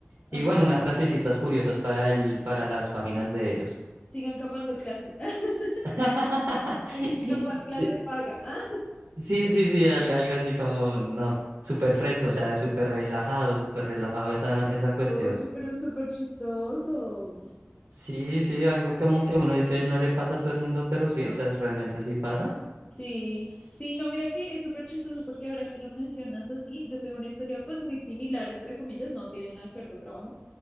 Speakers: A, on the left (about 25°); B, on the right (about 75°).
A: Ajá.
B: Y bueno, unas frasecitas curiosas para el, para las páginas de ellos.
A: Sigan capando clase. <laughs>
B: <laughs>
A: Capar clase paga. <laughs> Ah.
B: Sí, sí, sí, al- algo así como, no, súper fresco, o sea, súper relajado, súper relajado esa, esa cuestión.
A: Oye, pero es súper chistoso.
B: Sí, sí, algo como
A: Gracias.
B: que uno dice no le pasa a todo el mundo, pero sí, o sea, realmente sí pasa.
A: Sí, sí, no, mira que es súper chistoso porque ahora que lo mencionas así, yo tengo una historia pues muy similar, entre comillas, no tiene nada que ver con trabajo,